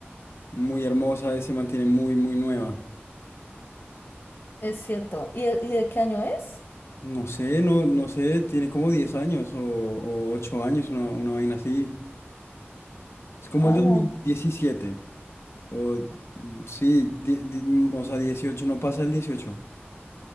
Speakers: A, on the left (about 80°); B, on the left (about 55°).
A: muy hermosa y se mantiene muy, muy nueva.
B: Es cierto. ¿Y, de- y de qué año es?
A: No sé, no, no sé, tiene como 10 años o, o 8 años, una, una vaina así. Es como
B: Ah,
A: el dos
B: no.
A: mil diecisiete O mm, sí, di- di- mm, o sea, dieciocho no pasa el dieciocho